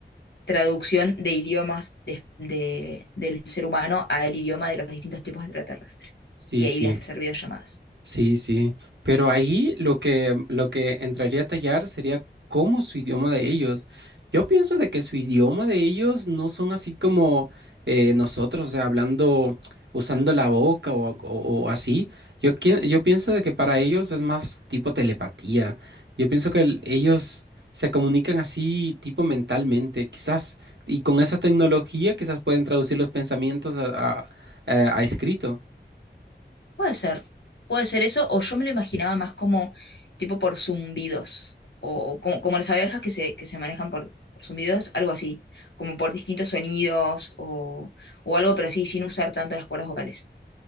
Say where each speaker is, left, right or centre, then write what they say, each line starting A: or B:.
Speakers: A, on the left; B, on the right.
A: traducción de idiomas de- de- del ser humano al idioma de los distintos tipos de extraterrestres.
B: sí,
A: Y ahí
B: sí.
A: voy a hacer videollamadas.
B: Sí, sí, pero ahí lo que, lo que entraría a tallar sería cómo su idioma de ellos. Yo pienso de que su idioma de ellos no son así como eh, nosotros, o sea, hablando, usando la boca o, o- o así. Yo, qui- yo pienso de que para ellos es más tipo telepatía. Yo pienso que el- ellos se comunican así tipo mentalmente, quizás, y con esa tecnología quizás pueden traducir los pensamientos a, a- a- a escrito.
A: Puede ser, puede ser eso, o yo me lo imaginaba más como tipo por zumbidos, o como, como las abejas que se, que se manejan por, por zumbidos, algo así, como por distintos sonidos o, o algo, pero sí, sin usar tanto las cuerdas vocales.